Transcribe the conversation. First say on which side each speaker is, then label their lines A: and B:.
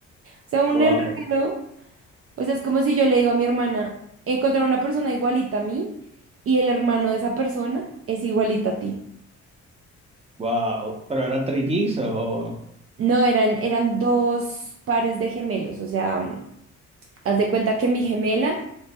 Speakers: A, on the right; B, on the right.
A: O sea, un
B: Wow,
A: enredo. O sea, es como si yo le digo a mi hermana, encontrar una persona igualita a mí y el hermano de esa persona es igualita a ti.
B: wow. Pero eran trillizos. o-
A: No, eran, eran dos pares de gemelos, o sea, mm, haz de cuenta que mi gemela